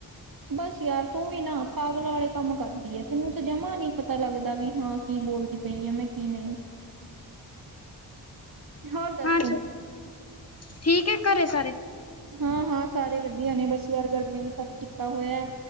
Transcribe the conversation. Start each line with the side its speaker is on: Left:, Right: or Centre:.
Right: ਬਸ ਯਾਰ ਤੂੰ ਵੀ ਨਾ ਪਾਗਲਾ ਵਾਲੇ ਕੰਮ ਕਰਦੀ ਹੈ, ਤੈਨੂੰ ਤਾਂ ਜਮਾ ਨੀ ਪਤਾ ਲੱਗਦਾ ਵੀ ਹਾਂ। ਕੀ ਬੋਲਦੀ ਪਈ ਆ ਮੈਂ ਕੀ ਨਹੀਂ,
Left: <unintelligible>
Right: ਹੋਰ ਦੱਸ
Left: ਹਾਂ
Right: ਤੂੰ।
Left: ਚਲ ਠੀਕ ਹੈ, ਘਰੇ ਸਾਰੇ
Right: ਹਾਂ- ਹਾਂ ਸਾਰੇ ਵਧੀਆ ਨੇ, ਬਸ ਯਾਰ ਗਰਮੀ ਨੇ ਤੰਗ ਕੀਤਾ ਹੋਇਆ।